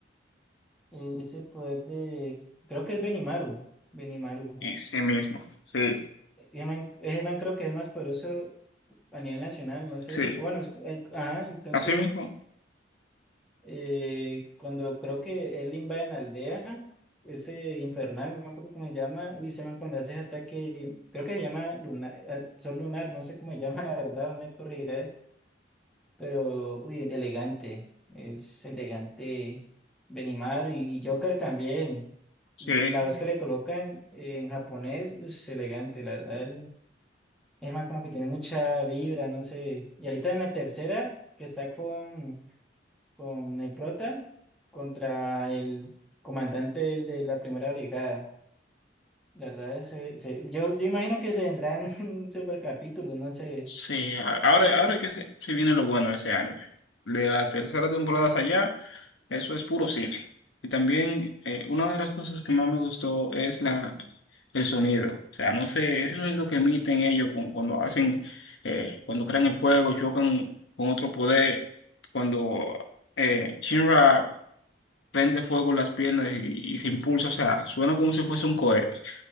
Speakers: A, in the centre; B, on the left.
A: eh, ese poder de, creo que es Benimaru, Benimaru.
B: En sí mismo, sí,
A: Ese man, ese man creo que es el más poderoso a nivel nacional, no sé.
B: sí.
A: Bueno, es- eh, ajá, entonces,
B: Así mismo,
A: eh, cuando creo que él invade en aldea, ese infernal, no me acuerdo cómo se llama, y ese man cuando hace ese ataque, creo que se llama Luna, ah, Sol Lunar, no sé cómo se llama, <laughs> la verdad, no me corregirá, pero, uy, elegante, es elegante Benimaru y, y Joker también.
B: sí.
A: Y la voz que le colocan en japonés, uy, es elegante, la verdad, es más, como que tiene mucha vibra, no sé. Y ahorita en la tercera, que está con, con el prota contra el comandante del- de la primera brigada. La verdad, se, se- yo, yo imagino que se vendrán <laughs> super capítulos, no sé.
B: Sí, a- ahora, ahora que se, se viene lo bueno de ese anime. De la tercera temporada hacia allá, eso es puro cine. Y también eh, una de las cosas que más me gustó es la, el sonido. O sea, no sé, ese sonido que emiten ellos cu- cuando hacen, eh, cuando crean el fuego, chocan con otro poder, cuando eh, Shinra prende fuego en las piernas y, y se impulsa, o sea, suena como si fuese un cohete.